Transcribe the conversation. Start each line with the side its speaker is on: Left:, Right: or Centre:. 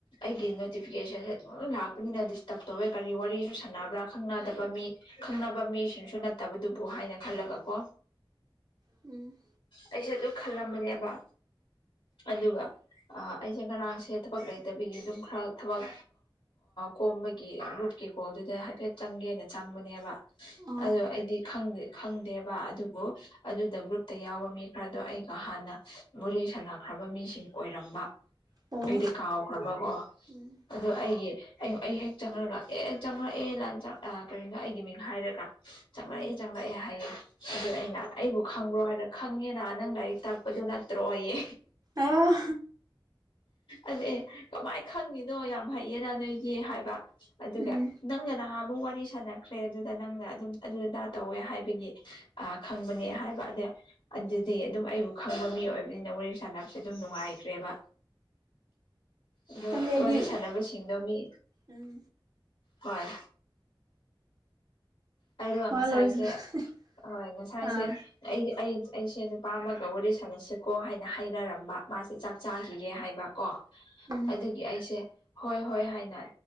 Left: ꯑꯩꯒꯤ ꯅꯣꯇꯤꯐꯤꯀꯦꯁꯟꯁꯦ ꯗꯨꯝ ꯂꯥꯛꯄꯅꯤꯅ ꯗꯤꯁꯇꯔꯕ ꯇꯧꯋꯦ ꯀꯔꯤ ꯋꯥꯔꯤꯁꯨ ꯁꯥꯟꯅꯕ꯭ꯔꯥ ꯈꯪꯅꯗꯕ ꯃꯤ ꯈꯪꯅꯕ ꯃꯤꯁꯤꯡꯁꯨ ꯅꯠꯇꯕꯗꯨꯕꯨ ꯍꯥꯏꯅ ꯈꯜꯂꯒ ꯀꯣ
Right: ꯍꯝ
Left: ꯑꯩꯁꯨ ꯑꯗꯨ ꯈꯜꯂꯝꯕꯅꯦꯕ ꯑꯗꯨꯒ ꯑꯩꯁꯦ ꯉꯔꯥꯡꯁꯦ ꯊꯕꯛ ꯂꯩꯇꯕꯤꯒꯤ ꯑꯗꯨꯝ ꯈꯔ ꯊꯕꯛ ꯀꯣꯝꯕꯒꯤ ꯒ꯭ꯔꯨꯞꯀꯤ ꯀꯣꯜꯗꯨꯗ ꯍꯥꯏꯐꯦꯠ ꯆꯪꯒꯦꯅ ꯆꯪꯕꯅꯦꯕ
Right: ꯑꯣ
Left: ꯑꯗꯣ ꯑꯩꯗꯤ ꯈꯪꯗꯦꯕ ꯑꯗꯨꯕꯨ ꯑꯗꯨꯗ ꯒ꯭ꯔꯨꯞꯇ ꯌꯥꯎꯕ ꯃꯤ ꯈꯔꯗꯣ ꯑꯩꯒ ꯍꯥꯟꯅ ꯋꯔꯤ ꯁꯥꯟꯅꯈ꯭ꯔꯕ ꯃꯤꯁꯤꯡ ꯑꯣꯏꯔꯝꯕ
Right: ꯑꯣ
Left: ꯑꯩꯗꯤ ꯀꯥꯎꯈ꯭ꯔꯕꯀꯣ
Right: ꯎꯝ
Left: ꯑꯗꯨ ꯑꯩꯒꯤ ꯑꯩ ꯑꯩ ꯍꯦꯛ ꯆꯪꯉꯒ ꯑꯦ ꯆꯪꯉꯛꯑꯦꯟ ꯆꯥꯛ ꯑꯥ ꯀꯔꯤꯅꯣ ꯑꯩꯒꯤ ꯃꯤꯡ ꯍꯥꯏꯔꯒ ꯆꯪꯂꯛꯑꯦ
Right: ꯎꯝ
Left: ꯆꯪꯂꯛꯑꯦ ꯍꯥꯏꯌꯦ ꯑꯗꯨ ꯑꯩꯅ ꯑꯩꯕꯨ ꯈꯪꯕ꯭ꯔꯣ ꯍꯥꯏꯔ ꯈꯪꯉꯦꯅ ꯅꯪ ꯂꯥꯏꯔꯤꯛ ꯇꯥꯛꯄꯗꯨ ꯅꯠꯇ꯭ꯔꯣ ꯌꯦ
Right: ꯑꯥ
Left: ꯑꯗꯨ ꯑꯩ ꯀꯃꯥꯏꯅ ꯈꯪꯉꯤꯅꯣ ꯌꯥꯝ ꯍꯩꯌꯦꯅ ꯅꯣꯏꯗꯤ ꯍꯥꯏꯕ ꯑꯗꯨꯒ
Right: ꯎꯝ
Left: ꯅꯪꯅ ꯅꯍꯥꯝ ꯑꯃꯨꯛ ꯋꯥꯔꯤ ꯁꯥꯟꯅꯈ꯭ꯔꯦ ꯑꯗꯨꯗ ꯅꯪꯅ ꯑꯗꯨꯝ ꯑꯗꯨ ꯑꯗꯥ ꯇꯧꯋꯦ ꯍꯥꯏꯕꯒꯤ ꯑ ꯈꯪꯕꯅꯦ ꯍꯥꯏꯕ ꯑꯗꯥ ꯑꯗꯨꯗꯤ ꯑꯗꯨꯝ ꯑꯩꯕꯨ ꯈꯪꯕ ꯃꯤ ꯑꯣꯏꯕꯅꯤꯅ ꯋꯥꯔꯤ ꯁꯥꯟꯅꯕꯁꯦ ꯑꯗꯨꯝ ꯅꯨꯡꯉꯥꯏꯈ꯭ꯔꯦꯕ ꯑꯗꯣ
Right: ꯈꯪꯗꯦ ꯑꯩꯗꯤ
Left: ꯋꯥꯔꯤ ꯁꯥꯟꯅꯕꯁꯤꯡꯗꯣ ꯃꯤ
Right: ꯎꯝ
Left: ꯍꯣꯏ ꯑꯩꯗꯣ
Right: ꯋꯥ
Left: ꯉꯁꯥꯏꯁꯦ
Right: ꯂꯣꯏꯈ꯭ꯔꯦ
Left: ꯍꯣꯏ ꯉꯁꯥꯏꯁꯦ
Right: ꯑꯥ
Left: ꯑꯩ ꯑꯩ ꯑꯩꯁꯦ ꯅꯨꯄꯥ ꯑꯃꯒ ꯋꯥꯔꯤ ꯁꯥꯟꯅꯁꯤꯀꯣ ꯍꯥꯏꯅ ꯍꯥꯏꯅꯔꯝꯕ ꯃꯥꯁꯦ ꯆꯥꯛ ꯆꯥꯈꯤꯒꯦ ꯍꯥꯏꯕ ꯀꯣ
Right: ꯎꯝ
Left: ꯑꯗꯨꯒꯤ ꯑꯩꯁꯦ ꯍꯣꯏ ꯍꯣꯏ ꯍꯥꯏꯅ